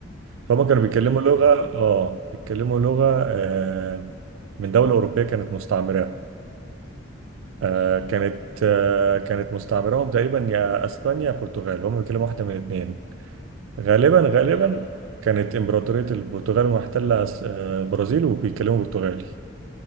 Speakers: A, on the right (about 85°); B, on the left (about 30°).
A: فهم كانوا
B: بديهيات
A: بيتكلموا لغه اه بيتكلموا لغه آه من دوله اوروبيه كانت مستعمره آه
B: ال-
A: كانت آه كانت مستعمرهم تقريبا يا اسبانيا يا البرتغال هم بيتكلموا واحده من الاثنين غالبا غالبا
B: اه آه، واحد
A: كانت امبراطوريه البرتغال محتله أس- آه، البرازيل وبيتكلموا برتغالي